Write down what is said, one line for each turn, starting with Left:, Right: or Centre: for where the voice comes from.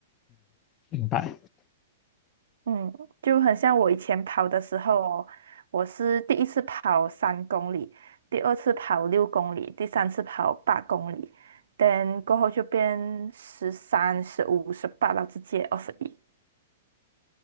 Left: 嗯明白。
Right: 嗯，就很像我以前跑的时候哦，我是第一次跑三公里，第二次跑六公里，第三次跑八公里等过后就变十三、十五、十八到直接二十一。